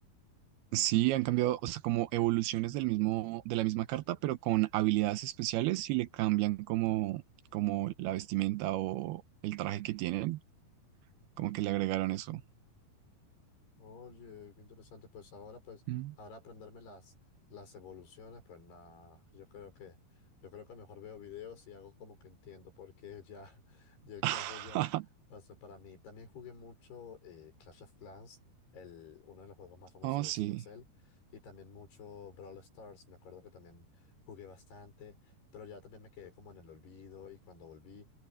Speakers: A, on the right; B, on the left.
A: Sí, han cambiado, o sea, como evoluciones del mismo, de la misma carta, pero con habilidades especiales y le cambian como, como la vestimenta o el traje que tienen, como que le agregaron eso.
B: Oye, qué interesante. Pues ahora, pues,
A: Mm.
B: ahora aprenderme las, las evoluciones, pues nada, yo creo que, yo creo que mejor veo videos y hago como que entiendo, porque ya, <laughs> ya el
A: <laughs>
B: Clash Royale pasó para mí. También jugué mucho eh, Clash of Clans, el, uno de los juegos más famosos
A: Oh,
B: de
A: sí,
B: Supercell, y también mucho Brawl Stars, me acuerdo que también jugué bastante, pero ya también me quedé como en el olvido y cuando volví,